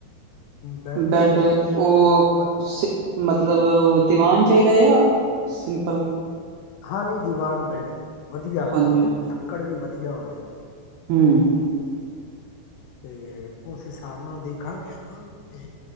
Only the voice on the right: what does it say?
ਬੈਡ ਉਹ
ਮਤਲਬ, ਦੀਵਾਨ ਚਾਹੀਦਾ ਜਾਂ ਸਿੰਪਲ
ਹਾਂਜੀ
ਹੂੰ-ਹੂੰ।